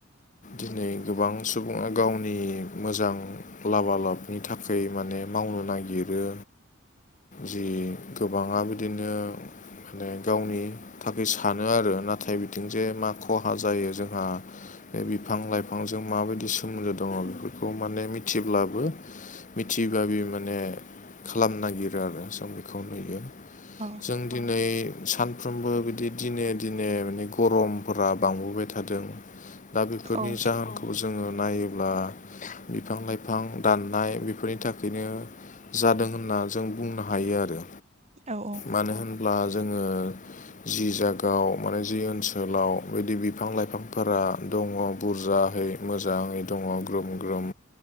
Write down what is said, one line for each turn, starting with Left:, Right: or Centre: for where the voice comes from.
Left: दिनै गोबां सुबुङा गावनि मोजां लाबा लाबनि थाखाय माने मावनो नागिरो जि गोबाङा बिदिनो माने गावनि थाखै सानो आरो नाथाय बिथिंजे मा खहा जायो जोंहा बे बिफां लाइफांजों माबायदि सोमोन्दो दङ बेफोरखौ माने मिथिब्लाबो मिथि बाबि माने खालामनो नागिरो आरो जों बेखौ नुयो
Right: <unintelligible>
Left: जों दिनै सानफ्रोमबो बिदि दिने दिने माने गरमफोरा बांबोबाय थादों दा बेफोरनि
Right: औ
Left: जाहोनख खौ जोङो नायोब्ला बिफां लाइफां दाननाय बेफोरनि थाखायनो जादों होनना जों बुंनो हायो आरो
Right: औ-औ
Left: मानो होनब्ला जोङो जि जागायाव माने जि ओनसोलाव बिदि बिफां लाइफांफोरा दङ बुरजाहै मोजाङै दङ ग्रोम ग्रोम